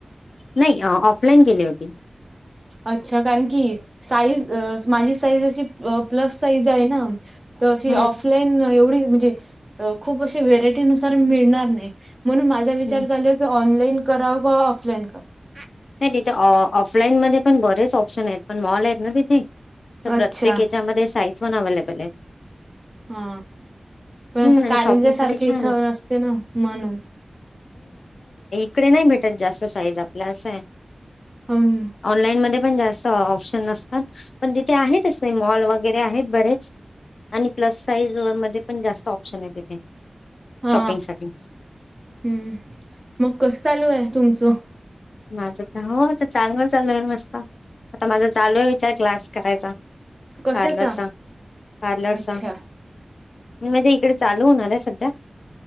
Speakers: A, on the left; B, on the right.
A: नाही ऑफलाईन केली होती
B: अच्छा कारण की साईज माझी साईज अशी प्लस साईज आहे ना तर अशी
A: हम्म
B: ऑफलाईन एवढी म्हणजे खूप अशी व्हेरायटी नुसार मिळणार नाही म्हणून माझा
A: हम्म
B: विचार चाल की ऑनलाईन कराव क ऑफलाईन करा
A: नाही तिथे ऑफलाईन मध्ये पण बरेच ऑप्शन आहेत पण मॉल आहेत ना तिथे तर प्रत्येक
B: अच्छा.
A: याच्यामध्ये साइज पण अवलेबल आहे
B: हा पणच
A: हम्म आणि
B: कारिंज
A: शॉपिंग
B: सारखे
A: साठी छान
B: इथं
A: आहे
B: नसते ना म्हणून
A: तकडे नाही भेटत जास्त साईज आपल्या असं आहे
B: हं.
A: ऑनलाईन मध्ये तिथे जास्त ऑप्श नतात पण तिथे आहेतच मॉल वगैरे आहेत बरेच आणि प्लस साइज मध्ये पण जास्त ऑप्शन आहे तिथे
B: हा
A: शॉपिंग साठी
B: हम्म मग कस चालू आहे तुमचं
A: माझं तर हो आता चांगलं चालू आहे मस्त आता माझा चालू आहे विचार क्लास करायचा
B: कशाचा?
A: पार्लरचा पार्लरच
B: अच्छा.
A: मी म्हणजे इकडे चालू होणार आहे सध्या